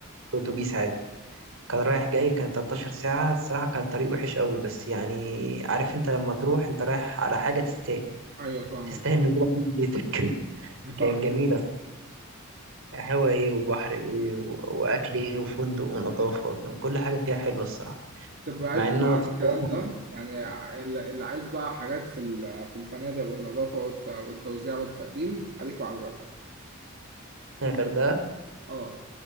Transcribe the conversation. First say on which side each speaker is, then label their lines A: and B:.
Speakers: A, on the right (about 65°); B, on the right (about 50°).
A: اتوبيس عادي كان رايح جاي كان 13 ساعة الصراحة كان الطريق وحش قوي بس يعني عارف انت لما تروح انت رايح على حاجة تستاهل
B: ايوه فاهمك
A: تستاهل نزولك من بيتك <laughs>
B: انا فاهمك
A: كانت جميلة هوا ايه وبحر ايه و- واكل ايه وفندق ونظافة كان كل حاجة فيها حلوة الصراحة
B: طب بعيد
A: مع ان
B: بقى
A: انا
B: عن
A: اتخيلت
B: الكلام ده يعني ال- اللي عايز بقى حاجات في ال- في الفنادق والنظافة والت- والتوزيع والتقديم عليك وعلى الغردقة
A: الغردقه
B: اه